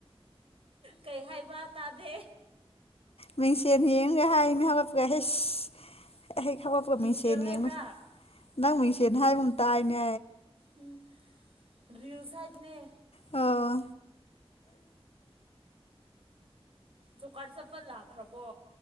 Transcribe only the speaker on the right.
ꯀꯩ ꯍꯥꯏꯕ ꯇꯥꯗꯦ꯫
ꯃꯤꯡꯁꯦꯜ
ꯍꯥꯏꯕ꯭ꯔꯥ
ꯎꯝ ꯔꯤꯜ ꯍꯥꯏꯕꯅꯦ꯫
ꯖꯣꯞ ꯀꯥꯔꯠ ꯆꯠꯄ ꯂꯥꯛꯈ꯭ꯔꯕꯣ?